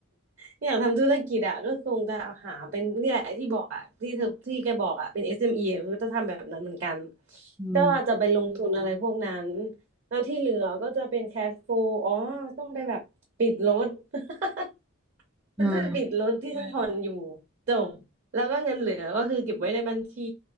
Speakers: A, on the right; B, in the centre.
A: <laughs> อยากทำธุรกิจอ่ะก็คงจะหาเป็นนี่แหละที่บอกอ่ะที่เธอที่แกบอกอ่ะเป็น SME อสเอ็มอีอะคือจะทำแบบนั้นเหมือนกัน
B: อืม
A: ก็ว่าจะไปลงทุนอะไรพวกนั้นแล้วที่เหลือก็จะเป็นแคชโฟลอ๋อต้องไปแบบปิดรถ <laughs> ฉันจะปิดรถที่ฉันผ่อนอยู่
B: อืม
A: จบแล้วก็เงินเหลือก็คือเก็บไว้ในบัญชี